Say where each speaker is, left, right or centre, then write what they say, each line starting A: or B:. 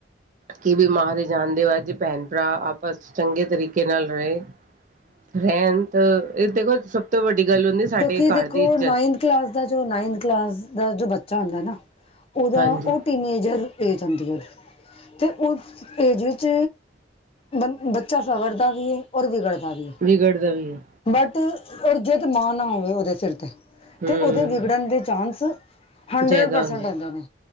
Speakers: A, on the right; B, on the left.
A: ਕਿ ਬਈ ਜੇ ਮਾਂ ਦੇ ਜਾਣ ਦੇ ਬਾਦ ਜੇ ਭੈਣ ਭਰਾ ਆਪਸ ਵਿੱਚ ਚੰਗੇ ਤਰੀਕੇ ਨਾਲ ਰਹੇ। ਰਹਿਣ, ਤਾਂ ਇਹ ਦੇਖੋ ਸਭ ਤੋਂ ਵੱਡੀ ਗੱਲ ਹੁੰਦੀ। ਸਾਡੇ
B: ਕਿਉਂਕਿ
A: ਘਰ
B: ਦੇਖੋ
A: ਦੀ ਇੱਜਤ
B: ਨਾਈੰਨ। ਕਲਾਸ ਦਾ ਜੋ ਨਾਈਨਥ ਕਲਾਸ ਦਾ ਜੋ ਬੱਚਾ ਹੁੰਦਾ ਨਾ ਉਹਦਾ
A: ਹਾਂਜੀ
B: ਉਹ ਟੀਨਏਜਰ। ਏਜ ਆਉਂਦੀ ਏ ਅਤੇ ਉਸ ਏਜ ਵਿੱਚ। ਬ ਬੱਚਾ ਸਵਰਦਾ ਵੀ ਹੈ ਔਰਿਗੜਦਾ ਵੀ ਹੈ
A: ਵਿਗੜਦਾ ਦਾ ਵੀ ਹੈ।
B: ਬਟ ਔਰ ਜੇ ਤਾਂ ਮਾਂ ਨਾ ਹੋਵੇ ਉਹਦੇ ਸਿਰ ਤੇ।
A: ਹਮ
B: ਤੇ ਉਹਦੇ ਵਿਗੜਨ ਦੇ ਚਾਂਸ, ਹੰਡਰੇਡ
A: ਜਾਇਦਾ
B: ਪਰਸੈਂਟ
A: ਹੁੰਦਾ
B: ਹੁੰਦੇ ਨੇ